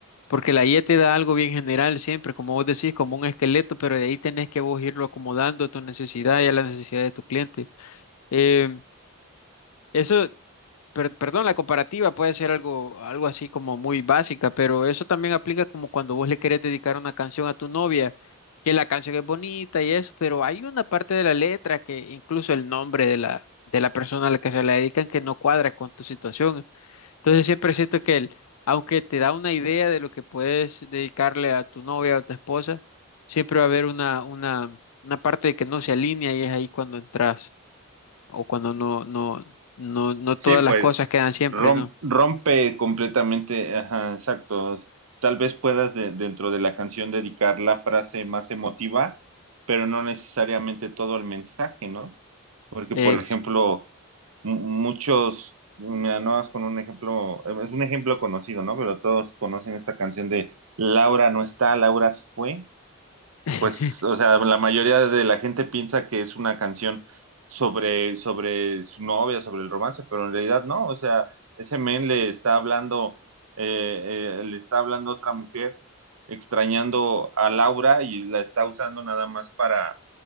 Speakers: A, on the left; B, on the right.
A: porque la guía te da algo bien general siempre, como vos decís, como un esqueleto, pero de ahí tenés que vos irlo acomodando a tu necesidad y a la necesidad de tu cliente. Em, eso per- perdón, la comparativa puede ser algo, algo así como muy básica, pero eso también aplica como cuando vos le querés dedicar una canción a tu novia, que la canción es bonita y eso, pero hay una parte de la letra que incluso el nombre de la, de la persona a la que se la dedican que no cuadra con tu situación. Entonces siempre siento que el, aunque te da una idea de lo que puedes dedicarle a tu novia o tu esposa, siempre va a haber una, una, una parte de que no se alinea y es ahí cuando entras o cuando no, no, no, no todas
B: Sí, pues
A: las cosas quedan siempre,
B: rom-
A: ¿no?
B: rompe completamente, ajá, exacto. Tal vez puedas de- dentro de la canción dedicar la frase más emotiva, pero no necesariamente todo el mensaje, ¿no? Porque,
A: Ex.
B: por ejemplo, mu- muchos, mira, no es con un ejemplo, es un ejemplo conocido, ¿no? Pero todos conocen esta canción de Laura no está, Laura se fue.
A: <laughs>
B: Pues, o sea, la mayoría de la gente piensa que es una canción sobre, sobre su novia, sobre el romance, pero en realidad no, o sea, ese men le está hablando, eh, eh, le está hablando a otra mujer, extrañando a Laura y la está usando nada más para,